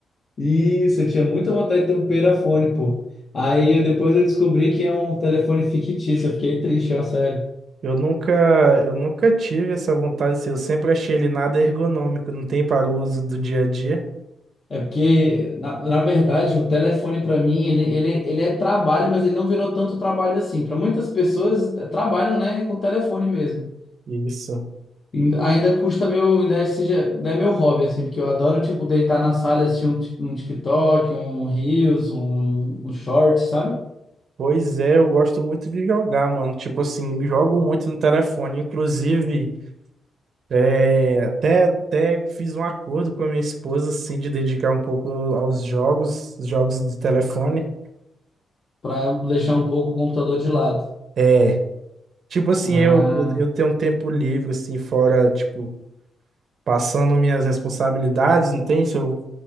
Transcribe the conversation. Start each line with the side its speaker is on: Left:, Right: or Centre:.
Left: Isso, eu tinha muita vontade de ter um perafone, pô. Aí eu- depois eu descobri que é um telefone fictício, eu fiquei triste, ó, sério.
Right: Eu nunca, eu nunca tive essa vontade, assim, eu sempre achei ele nada ergonômico, não tem para o uso do dia a dia.
Left: É porque, na, na verdade, o telefone pra mim, ele, ele, ele é trabalho, mas ele não virou tanto trabalho assim. Pra muitas pessoas, eh, trabalham, né, com telefone mesmo.
Right: Isso.
Left: Ainda ainda custa meu, ainda é, seja, ainda é meu hobby, assim, porque eu adoro, tipo, deitar na sala e assistir um, ti- um TikTok, um Reels, um, um Short, sabe?
Right: Pois é, eu gosto muito de jogar, mano. Tipo assim, jogo muito no telefone. Inclusive, é, até, até fiz um acordo com a minha esposa, assim, de dedicar um pouco aos jogos, jogos de telefone.
Left: Pra deixar um pouco o computador de lado.
Right: É, tipo assim,
Left: Ah,
Right: eu, eu tenho um tempo livre, assim, fora, tipo, passando minhas responsabilidades, não tem? Se eu